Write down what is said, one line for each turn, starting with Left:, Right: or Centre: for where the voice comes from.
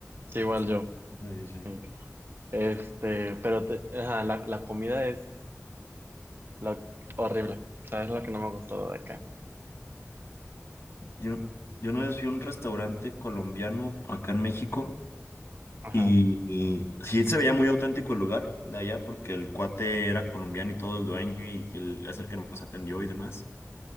Right: sí, igual
Left: sí,
Right: yo.
Left: me- sí.
Right: eh, Este, pero te- ajá, la, la comida es lo, horrible. O sea, es lo que no me ha gustado de acá.
Left: Yo, yo una vez fui a un restaurante colombiano acá en México
Right: Ajá.
Left: y, y sí se veía muy auténtico el lugar de allá porque el cuate era colombiano y todo el dueño y el, es el que nos atendió y demás.